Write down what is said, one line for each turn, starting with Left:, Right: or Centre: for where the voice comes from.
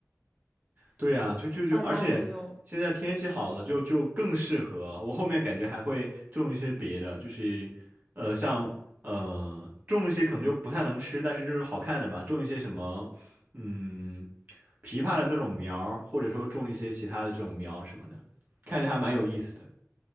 Right: 对啊，就就就，
Centre: 大家都用。
Right: 而且现在天气好了就，就更适合了。我后面感觉还会种一些别的，就是呃，像呃，种一些可能就不太能吃，但是就是好看的吧，种一些什么嗯，枇杷的那种苗儿或者说种一些其他的这种苗什么的，看着还蛮有意思的。